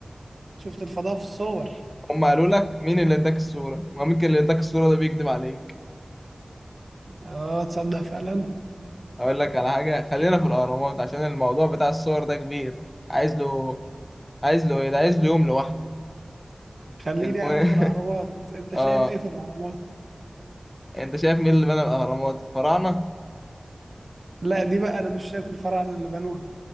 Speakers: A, on the right; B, on the left.
A: شفت الفضاء في الصور
B: هم قالوا لك مين اللي اداك الصورة؟ ما ممكن اللي اداك الصورة ده بيكذب عليك
A: اه تصدق فعلا
B: أقول لك على حاجة خلينا في الأهرامات عشان الموضوع بتاع الصور ده كبير عايز له عايز له ايه ده عايز له يوم لوحده
A: خليني
B: المهم
A: يا عم في الاهرامات
B: <laughs>
A: انت شايف
B: اه
A: ايه في الاهرامات
B: انت شايف مين اللي بنى الاهرامات الفراعنه
A: لا دي بقى انا مش شايف الفراعنه اللي بنوها